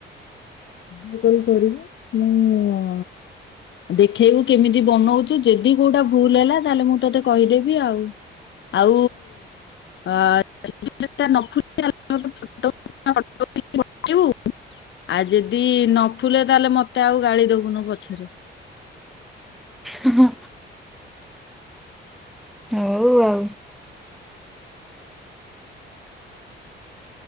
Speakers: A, on the left; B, in the centre.
A: ଉଁ କଲ କରିବ ମୁଁ। ଦେଖେଇବୁ କେମିତି ବନଉଛୁ ଯଦି କୋଉଟା ଭୁଲ ହେଲା ତାହେଲେ ମୁଁ ତୋତେ କହିଦେବି ଆଉ। ଆଉ। ଅ <inaudible> ତାହେଲେ ମତେ ଫୋଟୋ <inaudible> ପଠେଇବୁ ଆଉ ଯଦି ନ ଫୁଲେ ତାହେଲେ ମତେ ଆଉ ଗାଳି ଦବୁନୁ ପଛରେ।
B: ହୁଁ ହଁ। ହଉ ଆଉ